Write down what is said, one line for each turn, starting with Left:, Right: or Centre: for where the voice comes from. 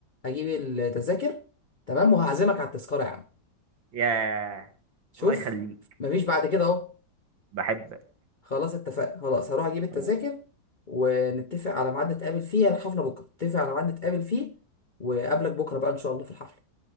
Left: اجيب التذاكر تمام وهعزمك على التذكرة يا عم
Right: يا
Left: شوف
Right: الله يخليك
Left: مفيش بعد كده اهو
Right: بحبك
Left: خلاص اتفقنا خلاص هروح اجيب التذاكر
Right: خلاص
Left: ونتفق على ميعاد نتقابل فيه الحفلة بكرة نتفق على ميعاد نتقابل فيه وقابلك بكرة بقى ان شاء الله في الحفلة